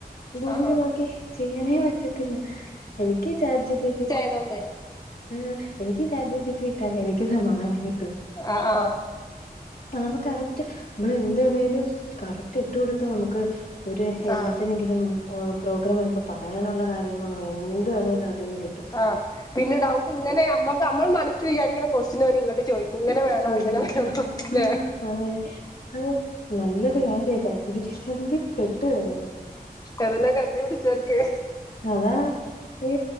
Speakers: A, on the left (about 75°); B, on the left (about 25°).
A: ഗൂഗിളിൽ
B: ആഹ് ആഹ്
A: നോക്കി ചെയ്യാനേ പറ്റത്തില്ല എനിക്ക് ചാറ്റ് ജി പി ടി
B: അയ്നോണ്ടെ
A: ഉം എനിക്ക് ചാറ്റ് ജി പി ട്ടി ഇട്ടാലേ എനിക്ക് സമാധാനം കിട്ടു
B: ആഹ് ആഹ്
A: അത് നമ്മ കറക്റ്റ് നമ്മൾ എന്ത് വേണേലും കറക്റ്റ് ഇട്ട് കൊടുത്ത നമുക്ക് ഒര് എന്തിത്തെനെങ്കിലും
B: ആഹ്
A: ഒ പ്രോഗ്രാം വരുമ്പ പറയാനുള്ള കാര്യങ്ങളോ എന്ത് വേണേങ്കിലും അതിൽന്ന് കിട്ടും
B: ആ പിന്നെ ഡൗട്ട് ഇങ്ങനെ നമ്മക്ക് നമ്മൾ മനസ്ല് വിചാരിക്കുന്ന ക്വസ്റ്റ്യന് അവര് ഇങ്ങോട്ട് ചോദി ഇങ്ങനെ വേണ
A: ചോദിക്കും
B: അങ്ങനെ വേണം
A: ആഹ്
B: ലേ
A: അതെ അത് നല്ലൊരു കാര്യ ചാച് ജി പിടിക ഇല്ലായിരിന്നെങ്കി പെട്ടു കഴിഞ്ഞ്
B: അതെല്ല കണ്ടുപിടിച്ചോര്ക്കെ
A: അത ഏ